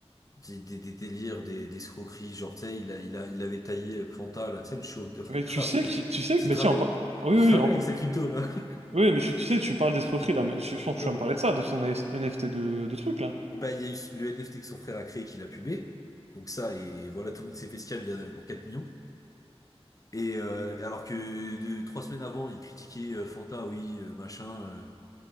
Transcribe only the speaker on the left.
des, des, des délires, des, des escroqueries. Genre, tu sais, il a, il a, il avait taillé euh, Fanta, là, tu sais, le chauve de Minecraft,
là.
Tu
te
rappelles?
Tu
te rappelles
avec sa crypto, là? <laughs>
Ouais.
Bah, il y a eu le NFT que son frère a créé qu'il a pubé. Donc ça, et voilà, tout le monde s'est fait scam, il y en avait pour 4 millions. Et euh, et alors que deux, trois semaines avant, ils critiquaient euh, Fanta, oui, euh, machin, euh,